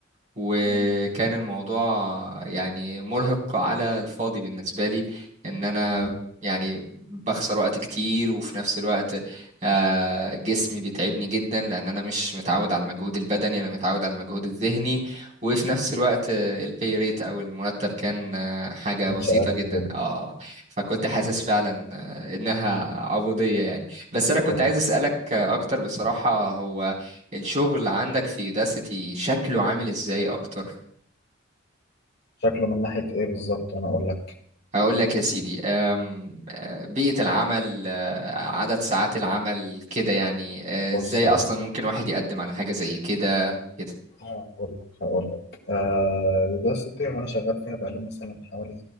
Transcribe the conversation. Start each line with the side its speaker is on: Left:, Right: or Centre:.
Right: وكان
Left: آه
Right: الموضوع يعني مرهق على الفاضي بالنسبة لي ان انا
Left: آه.
Right: يعني بخسر وقت كتير وفي نفس الوقت آه، جسمي بيتعبني جدا لان انا مش متعود على المجهود البدني انا متعود على المجهود الذهني وفي نفس الوقت البي ريت او المرتب كان آه، حاجة
Left: انشاءات
Right: بسيطة جدا
Left: كده
Right: اه فكنت حاسس فعلا آه، انها عبودية يعني بس انا كنت
Left: أيوة.
Right: عايز اسألك آه، اكتر بصراحة هو الشغل عندك في يوداسيتي شكله عامل ازاي اكتر
Left: شكله من ناحية ايه بالظبط انا اقول لك
Right: هقول لك يا سيدي أم، أه، بيئة العمل أه، عدد ساعات العمل كده يعني أه،
Left: بص
Right: ازاي اصلا ممكن واحد يقدم على حاجة زي كده كده
Left: هقول لك هقول لك آه دلوقتي وانا شغال فيها بقالي مثلا حوالي